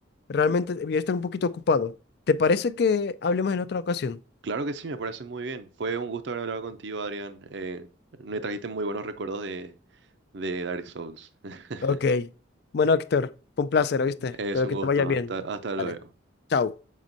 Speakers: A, on the left; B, on the right.
A: realmente voy a estar un poquito ocupado. ¿Te parece que hablemos en otra ocasión?
B: claro que sí, me parece muy bien. Fue un gusto haber hablado contigo, Adrián. Eh, me trajiste muy buenos recuerdos de, de Dark Souls. <laughs>
A: Ok. Bueno, Héctor, fue un placer, ¿oíste?
B: Es
A: Espero
B: un
A: que
B: gusto.
A: te vaya bien.
B: Hasta, hasta luego.
A: Vale. Chao.